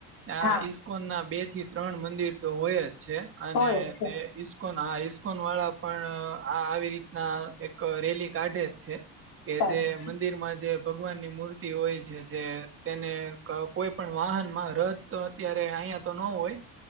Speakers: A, on the right; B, on the left.
A: ત્યા
B: હા
A: ઈસ્કોન ના બે થી ત્રણ મંદિર તો હોય જ છે અને
B: હોય છે
A: તે ઈ. ઇસ્કોન હા ઇસ્કોન વાળા પણ આ આવી રીતના એક રેલી કાઢે જ છે. કે
B: ચાલે
A: જે મ.
B: છે
A: મંદિરમાં જે ભગવાન ની મૂર્તિ હોય છે જે તેને કોઈ પણ વાહનમાં રથ. તો અત્યારે અહિયાયા તો ન હોય.